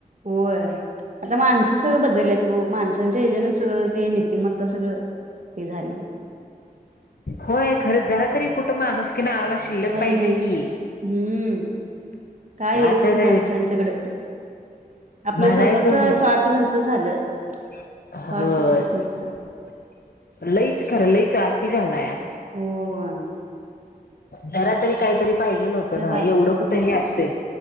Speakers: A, on the right (about 50°); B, on the left (about 75°).
A: होय आता म माणसं सगळ बदलल्यात हो माणसं त्यांचा ह्याजानच सगळं ते नीतिमत्ता सगळं हे झाली
B: होय खरं जरा तरी कुठं माणूसकि नावाला शिल्लक
A: नाही
B: पाहिजेल
A: नाही
B: की
A: हम्म काय
B: त्या
A: येत
B: तर
A: नाही माणसांच्याकडं आपलं
B: म्हणायचं
A: स्वतःच स्वार्थ झालत झालं.
B: <unintelligible>
A: स्वार्थ बघतात नुसतं
B: लईच खरं लईच आती झालाया.
A: होवाण
B: जरा तरी काहीतरी पाहिजेल होत
A: काय
B: ना
A: पाहिजे
B: एवढं कुठ
A: होय
B: हे असते.